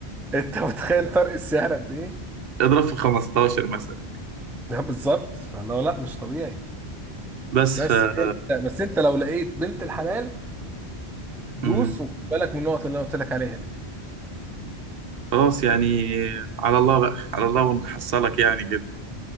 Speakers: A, in the centre; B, on the right.
A: انت متخيل فرق السعر قد ايه
B: اضرب في 15 مثلا
A: <laughs> ده بالظبط فاللي هو لا مش طبيعي
B: بس
A: بس
B: ف
A: انت بس انت لو لقيت بنت الحلال دوس
B: مم.
A: وخد بالك من النقط اللي انا قلت لك عليها دي
B: خلاص يعني على الله بقى على الله ونحصلك يعني كده